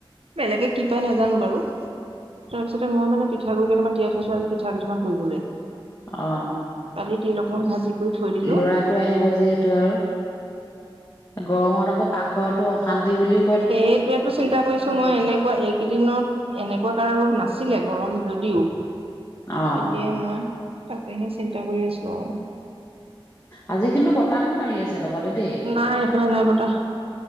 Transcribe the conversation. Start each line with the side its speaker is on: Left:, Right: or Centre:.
Right: বেলেগে কি পায়, নাজানোঁ বাৰু। তাৰপিছতে, মই মানে পিঠাগুৰি কেইটামান তিয়াই থৈছিলোঁ, আজি পিঠা কেইটামান পুৰিবলে।
Left: অ'।
Right: কালি তিল অকমান, ভাজি কৰি থৈ দিলোঁ।
Left: ল'ৰাটো আহিব যিহেতু আৰু গৰমত আকৌ, পাকঘৰতো অশান্তি বুলি
Right: সেইটোয়েটো চিন্তা কৰিছোঁ মই, এনে কোৱা, এইকেইদিনত এনেকুৱাকে কাঢ়া ৰ'দ নাছিলে, গৰম যদিও।
Left: অ
Right: এতিয়া মই, তাকেহে চিন্তা কৰি আছোঁ আৰু।
Left: আজি কিন্তু বতাহো মাৰি আছে লগতে দেই
Right: নাই, এই ফালে নাই, বতাহ।